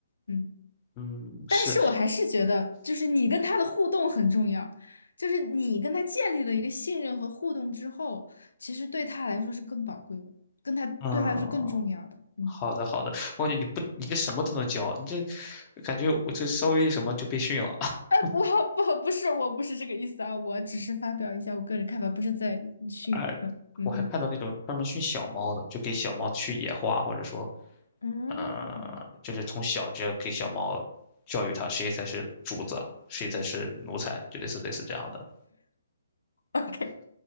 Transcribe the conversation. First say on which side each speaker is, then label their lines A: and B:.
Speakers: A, on the left; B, on the left.
A: 嗯，
B: 嗯，
A: 但是我还是觉得，
B: 是，
A: 就是你跟他的互动很重要，就是你跟他建立了一个信任和互动之后，其实对他来说是更宝贵的，跟他对他是更重要的，
B: 嗯，
A: 嗯。
B: 好的，好的。我感觉你不，你这什么都能教，你这感觉我这稍微一什么就被训了。<laughs>
A: <laughs> 不不不是，我不是这个意思啊，我只是发表一下我个人看法，不是在训，
B: 啊，
A: 嗯嗯
B: 我还看到那种专门训小猫的，就给小猫去野化，或者说，
A: 嗯嗯
B: 呃，就是从小就要给小猫教育它谁才是主子，谁才是奴才，就类似类似这样的。
A: ，OK，